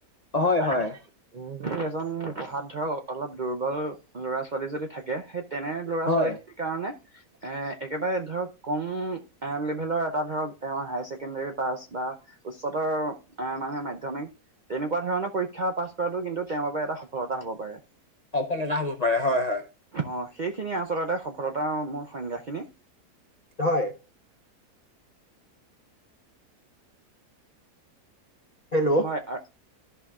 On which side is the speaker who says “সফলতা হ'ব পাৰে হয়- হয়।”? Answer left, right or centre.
Left